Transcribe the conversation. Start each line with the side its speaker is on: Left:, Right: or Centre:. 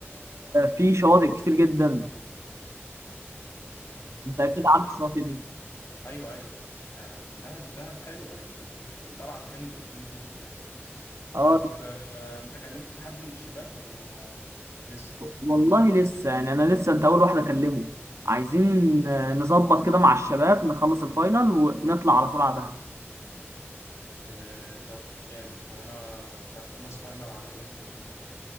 Right: في شواطئ كتير جدا أنت أكيد
Left: آه،
Right: عارف الشواطئ دي
Left: ايوه ايوه آه، دهب دهب حلوه يعني وطلع ترند اليومين دول كمان
Right: أه
Left: طب آه، انت كلمت حد من الشباب ولا لسه
Right: والله لسه يعني أنا لسه أنت أول واحد أكلمه عايزين آه، نظبط كده مع الشباب نخلص الفاينل ونطلع على طول على دهب
Left: آه، طب جامد هو انا انت هتخلص فاينل على يوم ايه كده